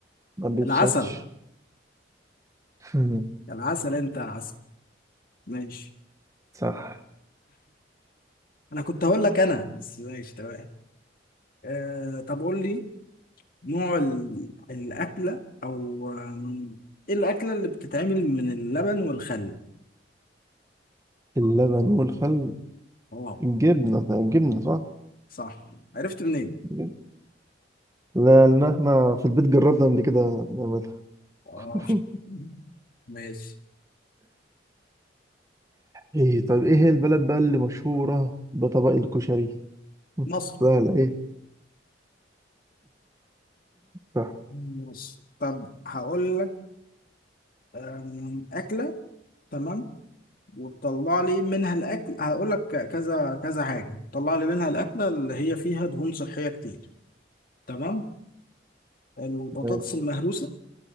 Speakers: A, on the right; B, on the left.
A: ما بيفسدش
B: العسل
A: <laughs> مم.
B: العسل انت عسل ماشي
A: صح
B: انا كنت هقول لك انا بس ماشي تمام آه طب قول لي نوع ال- الاكله او آم، ايه الاكله اللي بتتعمل من اللبن والخل
A: اللبن والخل
B: اه
A: الجبنة جبنة صح؟
B: صح عرفت منين
A: جبنة. لأن احنا في البيت جربنا قبل كده نعملها
B: اه
A: <laughs>
B: <laughs> ماشي
A: ايه طيب ايه هي البلد بقى اللي مشهورة بطبق الكشري؟
B: مصر
A: سهلة ايه؟ صح
B: مصر طب هقول لك آم، اكله تمام وتطلع لي منها الاكل هقول لك كذا كذا حاجه تطلع لي منها الاكله اللي هي فيها دهون صحيه كتير تمام البطاطس
A: ماشي
B: المهروسه